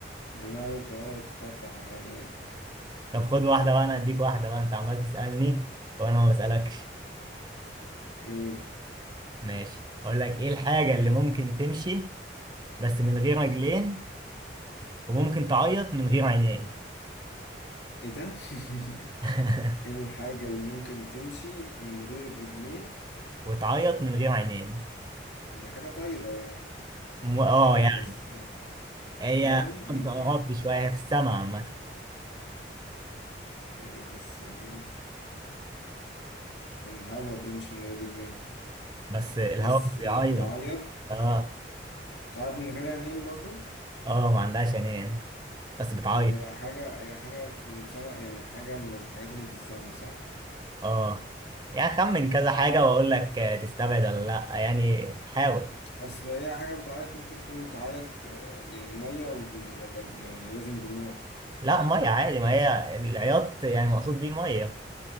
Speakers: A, on the left; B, on the right.
A: دماغه فقط تفتح معانا ايه
B: طب خد واحده بقى انا اديك واحده بقى انت عمال تسالني وانا ما بسالكش
A: قول
B: ماشي اقول لك ايه الحاجه اللي ممكن تمشي بس من غير رجلين وممكن تعيط من غير عينين
A: ايه ده <laughs>
B: <laughs>
A: ايه الحاجة اللي ممكن تمشي من غير رجلين
B: وتعيط من غير عينين
A: دي حاجة طايرة يعني
B: م- اه
A: لا
B: يعني
A: بس
B: هي
A: يعني
B: كنت
A: ينفع
B: قربت شويه هي في السما عامه
A: حاجة في السماء الهوا بيمشي من غير رجلين
B: بس الهواء
A: بس
B: مش بيعيط
A: بتعيط
B: اه
A: بتعيط من غير عينين برضو
B: اه ما عندهاش عينين بس بتعيط
A: طب هي حاجة هي حاجة في السماء يعني حاجة من الحاجات اللي في السماء صح؟
B: اه يعني خمن كذا
A: طب
B: حاجة واقول لك آه، تستبعد ولا لا يعني حاول
A: أصل هي حاجة بتعيط ممكن تكون بتعيط آه، يعني مية و- ولا ولا لازم دموع
B: لا مية عادي ما هي العياط يعني مقصود بيه مية